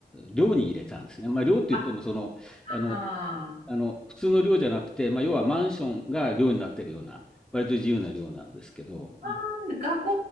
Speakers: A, in the centre; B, on the right.
A: 寮に入れたんですね。まあ、寮って言っても、
B: あ、
A: その、あの、
B: あー
A: あの普通の寮じゃなくて、まあ、要はマンションが寮になってるような割と自由な寮なんですけど
B: あー、学校